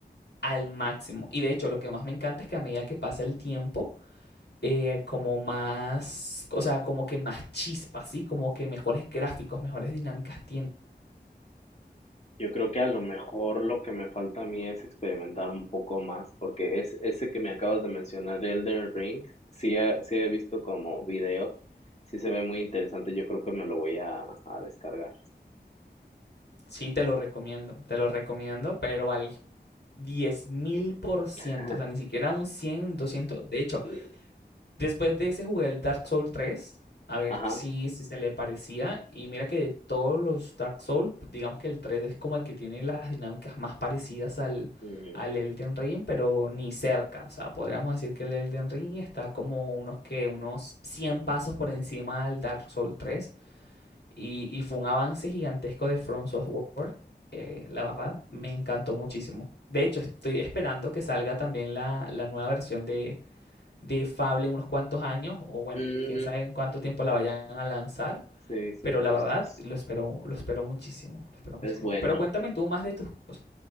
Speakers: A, on the left (about 70°); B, on the left (about 40°).
A: al máximo. Y de hecho, lo que más me encanta es que a medida que pasa el tiempo, eh, como más, o sea, como que más chispas, ¿sí? Como que mejores gráficos, mejores dinámicas tiene.
B: Yo creo que a lo mejor lo que me falta a mí es experimentar un poco más, porque es ese que me acabas de mencionar, Elden Ring, sí, he- sí he visto como videos, sí se ve muy interesante, yo creo que me lo voy a, a descargar.
A: Sí, te lo recomiendo, te lo recomiendo, pero al diez mil por ciento
B: <laughs>
A: o sea, ni siquiera un cien doscientos de hecho,
B: Mm,
A: Después de ese jugué el Dark Souls 3, a ver
B: Ajá.
A: si, si se le parecía. Y mira que de todos los Dark Souls, digamos que el 3 es como el que tiene las dinámicas más parecidas al,
B: mm,
A: al Elden Ring, pero ni cerca. O sea, podríamos decir que el Elden Ring está como unos que unos 100 pasos por encima del Dark Souls 3. Y, y fue un avance gigantesco de From Software. Eh, la verdad, me encantó muchísimo. De hecho, estoy esperando que salga también la, la nueva versión de, de Fable en unos cuantos años, o bueno,
B: mm,
A: quién sabe en cuánto tiempo la vayan a lanzar,
B: sí, sí
A: pero
B: lo
A: la
B: he
A: verdad
B: visto. Es,
A: lo espero, lo espero muchísimo, lo espero muchísimo.
B: es bueno.
A: Pero cuéntame tú más de tus cosas.